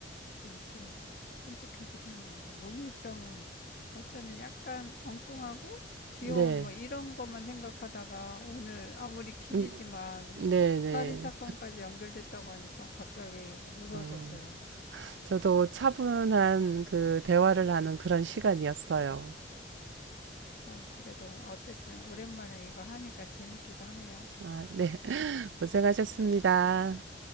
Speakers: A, on the left; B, on the right.
A: 좀, 좀 끔찍하긴 하네요. 모기병은 어쩌면 약간 엉뚱하고 귀여운
B: 네,
A: 뭐 이런 것만 생각하다가 오늘 아무리 퀴즈지만
B: 음, 네, 네.
A: 살인 사건까지 연결됐다고 하니까 갑자기 무서워졌어요.
B: 어, 저도 차분한 그 대화를 하는 그런 시간이었어요.
A: 아, 그래도 어쨌든 오랜만에 이거 하니까 재밌기도 하네요.
B: 아, 네, 고생하셨습니다.